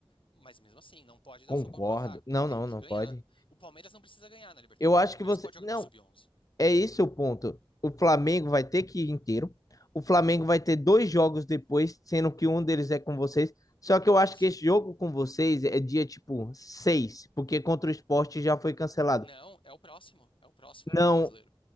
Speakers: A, on the left; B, on the left.
A: mas mesmo assim, não pode dar
B: Concordo.
A: sopa pro azar.
B: Não,
A: Tem
B: não,
A: que
B: não
A: ganhar.
B: pode.
A: O Palmeiras não precisa ganhar na Libertadores.
B: Eu acho
A: O Palmeiras
B: que você.
A: pode jogar
B: Não,
A: com o Sub-11.
B: É esse o ponto. O Flamengo vai ter que ir inteiro. O Flamengo vai ter dois jogos depois, sendo que um deles é com vocês. Só que eu acho
A: Isso.
B: que esse jogo com vocês é dia tipo 6, porque contra o esporte já foi cancelado.
A: Não, é o próximo. É o próximo do
B: Não,
A: brasileiro.